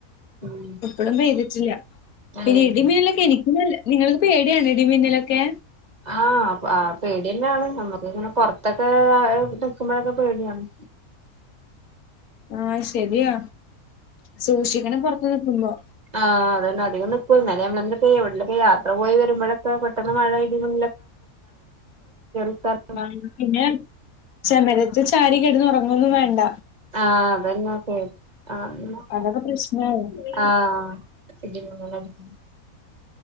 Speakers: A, on the right (about 30°); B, on the left (about 75°).
A: ഉം
B: <unintelligible> ഇവിടെ പെയ്തിട്ടില്ല
A: ഏഹ്
B: പിന്നെ ഇടിമിന്നലൊക്കെ എനിക് നല്ല നിങ്ങൾക്ക് പേടിയാണല്ലേ ഇടിമിന്നലൊക്കെ
A: അഹ് ആ പേടി തന്നെയാണ് നമ്മുക്ക് ഇങ്ങനെ പുറത്തൊക്കെ നിൽക്കുമ്പോഴക്കെ പേടിയാണ്
B: അഹ് ശരിയാ സൂക്ഷിക്കണം പുറത്തു നിക്കുമ്പോ
A: ആഹ് അതെനെ അധികം നിക്കൂ എന്നാൽ നമ്മളെന്തൊക്കെ എവിടലൊക്കെ യാത്ര പോഴി വരുമ്പഴൊക്കെ പേട്ടന്ന് മഴ പെയ്തു <unintelligible> <unintelligible>
B: ആ പിന്നെ ചമരത്ത് ചാരി കിടന്ന് ഉറങ്ങൊന്നും വേണ്ട
A: അഹ് അതെന്നെ <unintelligible>
B: അതൊക്കെ പ്രശ്നയതല്ലെ
A: അഹ് <unintelligible>